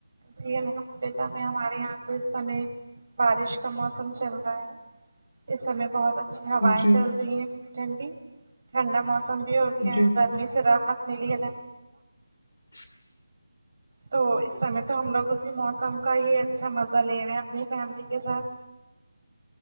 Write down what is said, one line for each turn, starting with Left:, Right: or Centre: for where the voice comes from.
Right: جی الحمد للہ میں ہمارے یہاں تو اس سمے بارش کا موسم چل رہا ہے اس سمے بہت اچھا اچ ہوائیں
Left: جی
Right: چل رہی ہیں ٹھنڈی ٹھنڈی ٹھنڈا موسم بھی ہو گیا
Left: جی
Right: ہے گرمی سے راحت ملید
Left: <unintelligible>
Right: تو اس سمے تو ہم لوگ اسی موسم کا ہی اچھا مزہ لے رہے ہیں اپنی فیملی کے ساتھ